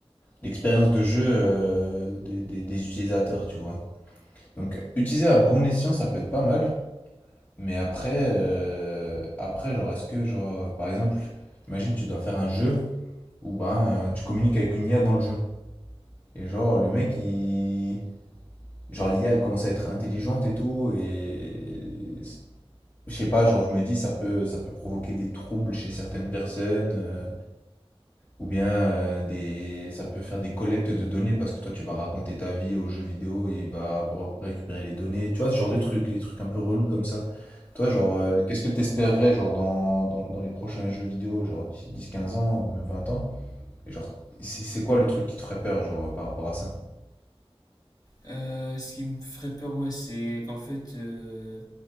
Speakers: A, on the left; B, on the left.
A: l'expérience de jeu euh, des, des- des utilisateurs, tu vois. Donc utiliser à bon escient, ça peut être pas mal, mais après euh, après genre est-ce que genre par exemple, imagine tu dois faire un jeu où ben tu communiques avec une IA dans le jeu et genre le mec il genre l'IA elle commence à être intelligente et tout et je sais pas, genre je me dis ça peut ça peut provoquer des troubles chez certaines personnes euh, Ou bien euh, des... ça peut faire des collectes de données parce que toi tu vas raconter ta vie aux jeux vidéo et il va re- récupérer les données. Tu vois, ce genre de trucs, des trucs un peu relous comme ça. Toi,
B: Ouais.
A: genre, euh, qu'est-ce que t'espérerais genre dans, dans, dans les prochains jeux vidéo, genre d'ici 10-15 ans, même 20 ans? Et genre, c'est c'est quoi le truc qui te ferait peur, genre, par rapport à ça?
B: Euh, ce qui me ferait peur, ouais, c'est qu'en fait, euh,